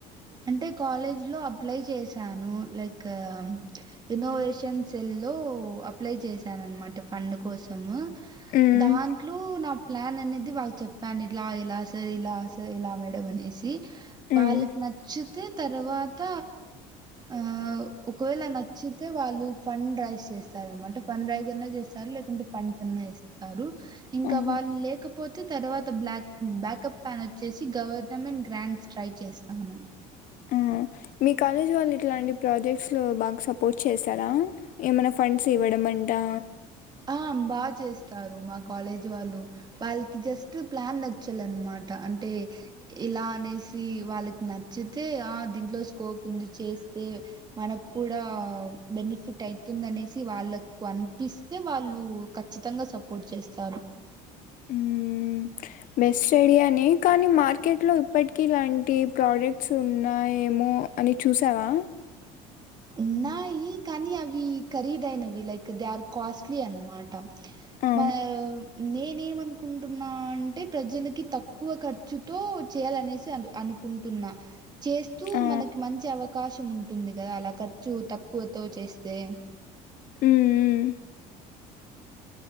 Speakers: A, on the right (about 25°); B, on the left (about 60°).
A: అంటే కాలేజ్ లో అప్లై చేశాను లైక్ ఇన్నోవేషన్స్ సెల్ లో అప్లై చేశానునమాట ఫండ్ కోసం
B: హ్మ్.
A: దాంట్లో నా ప్లాన్ అనేది వాళ్ళ చెప్పాను ఇలా ఇలా సర్ ఇలా సర్ ఇలా మేడ అనేసి
B: హ్మ్.
A: వాళ్ళ చెప్పిన తర్వాత ఆ ఒకవేళ నచ్చితే వాళ్ళు ఫండ్ నుంచి ట్రై చేస్తారనమాంటే ఫన్ రైజ్ అన్నా చేస్తారు లేకుంటే ఫండ్స్ అన్నా ఇస్తారు ఇంకా
B: ఆహా!
A: వాళ్ళ లేకపో పోతే తర్వాత బ్లాక్ బ్యాకప్ ప్యాన్ వచ్చేసి గవర్నమెంట్ గ్రాండ్ స్ట్రై చేస్తా అవును
B: ఆ మీ కాలేజ్ వాళ్ళు ఇట్లాంటి ప్రాజెక్ట్స్ లో బాగా సపోర్ట్ చేస్తారా ఏమైనా ఫండ్స్ ఇవ పడమంటా
A: ఆ బాగా చేస్తారు మా కాలేజ్ వాళ్ళు వాళ్ళకి జస్ట్ ప్లాన్ నచ్చాలనమాట అంటే ఇలా అనేసి వాళ్ళకి నచ్చితే ఆ దీంట్లో స్కోప్ ఉంది చేస్తే మన కూడా బెనిఫిట్ అవుతుందినేసి వాళ్ళకు అనిపిస్త అే వాళ్ళు ఖచ్చితంగా సపోర్ట్ చేస్తారు
B: మ్మ్ బెస్ట్ ఏరియానే కానీ మార్కెట్ లో ఇప్పటికి ఇలాంటి ప్రోడక్ట్స్ ఉన్నా ఏమో ఓ అని చూసావా
A: ఉన్నాయి కానీ అవి ఖరీదయిైనవి లైక్ దే ఆర్ కాస్ట్లీ అనమాట
B: ఆ
A: మా నేనేమనుకుంటున్నా అంటే ప్రజలకి తక్కువ ఖర్చుతో చేయాలనేసి అ అను కుంటున్నా చేస్తూ
B: ఆ
A: మనకి మంచి అవకాశం ఉంటుంది కదా అలా ఖర్చు తక్కువతో చేస్తే
B: హ్మ్